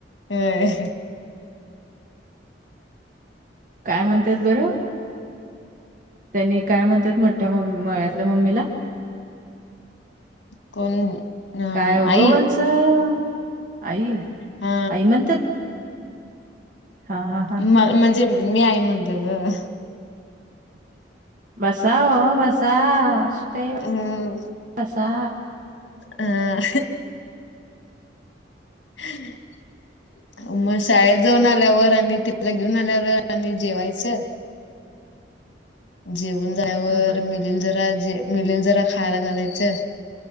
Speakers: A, on the left; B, on the right.
A: हम्
B: काय म्हणतात बरं त्यांनी काय म्हणतात मठ्या मळ्यातल्या मम्मीला
A: कोण अ
B: काय हो
A: आई
B: गोवंश आई
A: हा
B: आई म्हणतात हा हा हा
A: म म्हणजे मी आई म्हटले ग
B: बसाव बसा. काही
A: हम्म
B: बसा
A: हं. <inaudible> मग शाळेत जाऊन आल्यावर आणि त्याला घेऊन आल्यावर आणि जेवायचं जेवून जायवर
B: बर
A: मिलील जरा जे मिलील जरा खायला घालायचं